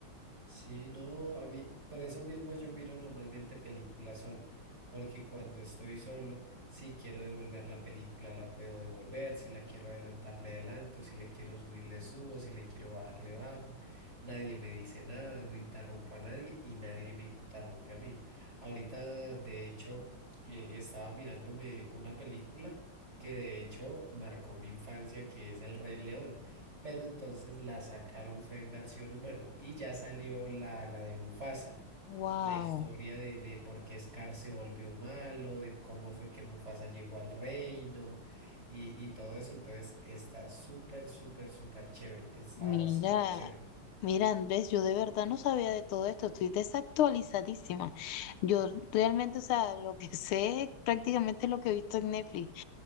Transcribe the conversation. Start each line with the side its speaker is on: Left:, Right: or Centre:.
Right: Sí, no, a mí, por eso mismo yo miro normalmente películas solo, porque cuando estoy solo, si quiero devolver la película, la puedo devolver, si la quiero adelantar, le adelanto, si le quiero subir, le subo, si le quiero bajar, le bajo, nadie me dice nada, no interrumpo a nadie y nadie me interrumpe a mí. Ahorita, de hecho, eh, estaba mirándome una película que de hecho marcó mi infancia, que es El Rey León pero entonces la sacaron fue en versión humano y ya salió la, la de Mufasa,
Left: Wow.
Right: la historia de, de por qué Scar se volvió malo, de cómo fue que Mufasa llegó al reino y, y todo eso. Entonces está súper, súper, súper chévere, está
Left: Mira,
Right: súper chévere.
Left: mira, Andrés, yo de verdad no sabía de todo esto. Estoy desactualizadísima. Yo realmente, o sea, lo que sé prácticamente es lo que he visto en Netflix.